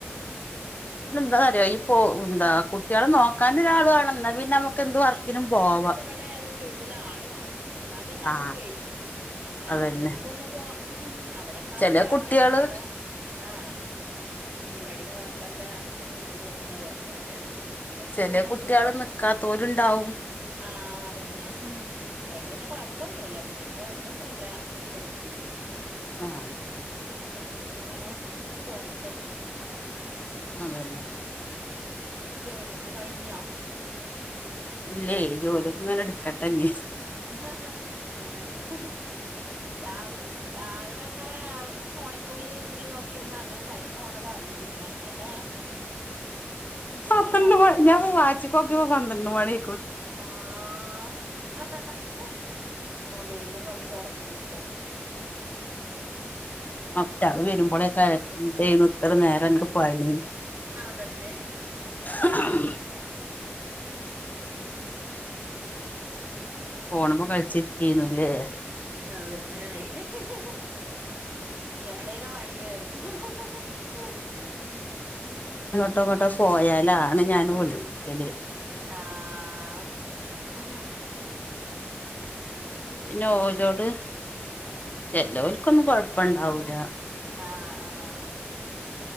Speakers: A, on the left; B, on the right.
A: പിന്നെ എന്താ അറിയോ ഇപ്പൊ എന്താ കുട്ടികളെ നോക്കാൻ ഒരാള് വേണം പിന്നെ നമുക്ക് എന്ത് വർക്കിനും പോവാം
B: എവിടെ ആയാലും വീട്ടിൽ ആള് വേണം ഇന്നാ പിന്നെ നമ്മക്കെ
A: ആ
B: അല്ലാത്തോൽക്കൊന്നും
A: അതന്നെ
B: ഇപ്പോ അവിടമ്മാക്കും
A: ചെല
B: കൊഴപ്പല്ല
A: കുട്ടികള്
B: ഇ വിടെ ആഹ് ഇവിടെയും കൊഴപ്പല്ല അങ്ങനെ പോവ്ണ്ട് അതുകൊണ്ട് പിന്നെ ഓൽക്ക്
A: ചെലെ
B: പോണോൽക്ക്
A: കുട്ട്യാള് നിക്കാത്തോരുണ്ടാവും
B: ആഹ അതന്നെ ഇവള് ത് പിന്നെ കൊഴപ്പൊന്നുല്ല കുട്ടിക്ക് കൊഴപ്പൊന്നുല്ല നിക്കുക്കെ ചെയ്യും
A: ആഹ്
B: അതുകൊണ്ട് പിന്നെ അങ്ങനെ പോവ്ണ്ട്
A: അതെന്നെ
B: ജോലിയൊക്കെ കഴിഞ്ഞോ
A: ഇല്ലേ ജോലിയൊക്കെ ഇങ്ങനെ എടുക്കട്ടെ ഇനി
B: <unintelligible> രാവിലെ രാവിലെ അങ്ങനെ ഫോണിൽ കൂടി ഇതി കൂടി നോക്കിരുന്ന അങ്ങനെ ടൈം പോണത അറിയൂല്ല അങ്ങനെ ഞമ്മള്
A: പന്ത്രണ്ട്
B: മൊബൈലിൽ
A: ഞാൻ വാച്ച്ക്കോക്കിപ്പോ പന്ത്രണ്ട് മണി
B: ആഹ <unintelligible> മൊബൈലും കളിച്ചാട കുത്തിരിക്കും
A: മറ്റാള് വരുമ്പോളെകാരം എന്തേന് ഇത്ര നേരം അൻക്ക് പണി
B: അതന്നെ
A: ഉം
B: ഉം
A: ഫോണ്മ കളിച്ചിരിക്കേന്ല്ലേ
B: അവ ന്നെണേ <unintelligible> എന്തേനു പണി ചോയ്ച്ചും
A: ആ ട്ടുങ്ങോട്ട് പോയാലാണ് ഞാൻ വിളിക്കല്
B: ആഹ
A: പിന്നെ ഓരോട് ചിലോർക്കൊന്നും കൊഴപ്പണ്ടാവൂല്ല
B: ആഹ് ആഹ